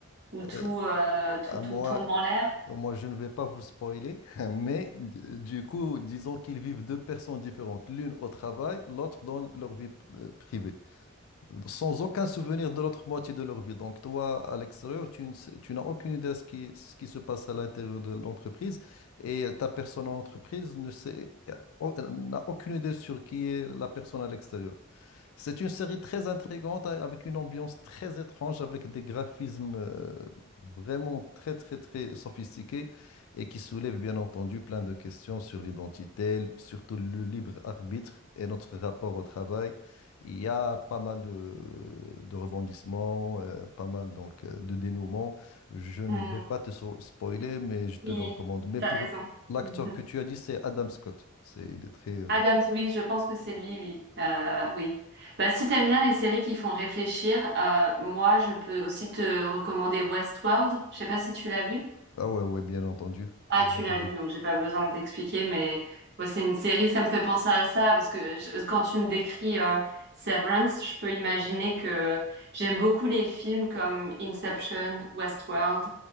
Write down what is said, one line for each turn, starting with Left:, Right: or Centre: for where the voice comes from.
Right: où
Left: euh,
Right: tout, euh, tout,
Left: à
Right: tout
Left: moi,
Right: tombe en l'air?
Left: moi, je ne vais pas vous spoiler, <laughs> mais d- du coup, disons qu'ils vivent deux personnes différentes, l'une au travail, l'autre dans leur vie euh, privée, sans aucun souvenir de l'autre moitié de leur vie. Donc, toi, à l'extérieur, tu ne sais- tu n'as aucune idée de ce qui, ce qui se passe à l'intérieur de l'entreprise et ta personne en entreprise ne sait, euh, n'a aucune idée sur qui est la personne à l'extérieur. C'est une série très intrigante a- avec une ambiance très étrange, avec des graphismes euh, vraiment très très très sophistiqués et qui soulèvent bien entendu plein de questions sur l'identité, surtout le libre arbitre et notre rapport au travail. Il y a pas mal de, de rebondissements, euh, pas mal donc euh, de dénouements. Je ne
Right: Hmm.
Left: vais pas te so- spoiler, mais je te
Right: Oui,
Left: le recommande. Mais
Right: t'as
Left: pour
Right: raison.
Left: l'acteur
Right: <laughs>
Left: que tu as dit, c'est Adam Scott. C'est, il est très... euh,
Right: Adams, oui, je pense que c'est lui, oui. Euh, oui. Bah, si t'aimes bien les séries qui font réfléchir, euh, moi, je peux aussi te recommander Westworld. Je sais pas si tu l'as vu.
Left: Ah ouais, ouais, bien entendu.
Right: Ah,
Left: Bien
Right: tu
Left: entendu.
Right: l'as vu, donc j'ai pas besoin de t'expliquer, mais moi c'est une série, ça me fait penser à ça, parce que je- quand tu me décris euh, Severance, je peux imaginer que j'aime beaucoup les films comme Inception, Westworld,